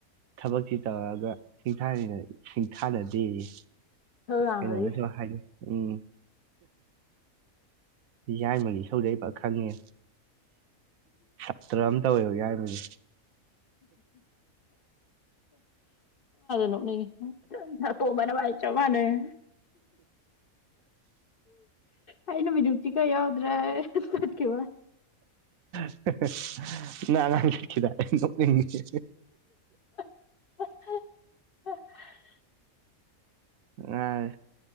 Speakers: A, on the right; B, on the left.
A: ꯊꯕꯛꯇꯤ ꯇꯧꯔꯒ ꯁꯤꯡꯊꯥꯅꯤꯡꯅ ꯁꯤꯡꯊꯥꯅꯗꯦꯌꯦ
B: ꯏꯁꯧ ꯂꯥꯡꯕꯒꯤ
A: ꯀꯩꯅꯣꯗꯁꯨ ꯍꯥꯏꯒꯦ ꯎꯝ ꯌꯥꯏꯃꯒꯤ ꯏꯁꯧꯖꯦ ꯑꯩ ꯐ ꯈꯡꯉꯦꯍꯦ ꯁꯥꯇ꯭ꯔ ꯑꯃ ꯇꯧꯋꯦꯕ ꯌꯥꯏꯃꯖꯦ
B: ꯅꯣꯛꯅꯤꯡꯉꯤ ꯑꯇꯣꯝꯕ ꯅꯕꯅꯤ ꯆꯞ ꯃꯟꯅꯔꯦ ꯑꯩꯅ ꯃꯤꯅꯨꯡꯁꯤ ꯈꯥ ꯌꯥꯎꯗ꯭ꯔ ꯆꯠꯈꯤꯕꯋꯅꯦ
A: <inaudible> ꯅꯔꯡꯈꯤꯗ ꯑꯩ ꯅꯣꯛꯅꯤꯡꯉꯤ
B: <unintelligible>
A: ꯉꯥꯢ